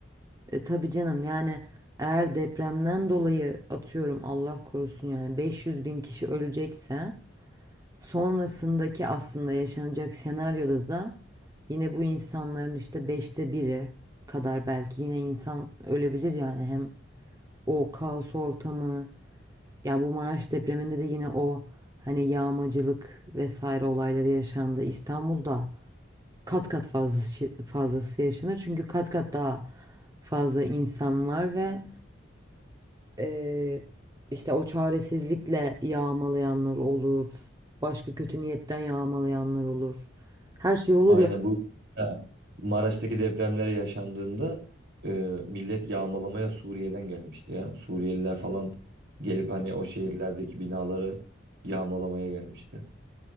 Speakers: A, on the right; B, on the right.
A: E, tabii canım yani eğer depremden dolayı atıyorum Allah korusun yani 500 bin kişi ölecekse sonrasındaki aslında yaşanacak senaryoda da yine bu insanların işte beşte biri kadar belki yine insan ölebilir yani hem o kaos ortamı ya bu Maraş depreminde de yine o hani yağmacılık vesaire olayları yaşandı İstanbul'da kat kat fazlası, fazlası yaşanır çünkü kat kat daha fazla insan var ve ee, işte o çaresizlikle yağmalayanlar olur. Başka kötü niyetten yağmalayanlar olur. Her şey olur
B: Aynen
A: ya.
B: bu Maraş'taki depremler yaşandığında e, millet yağmalamaya Suriye'den gelmişti ya. Suriyeliler falan gelip hani o şehirlerdeki binaları yağmalamaya gelmişti.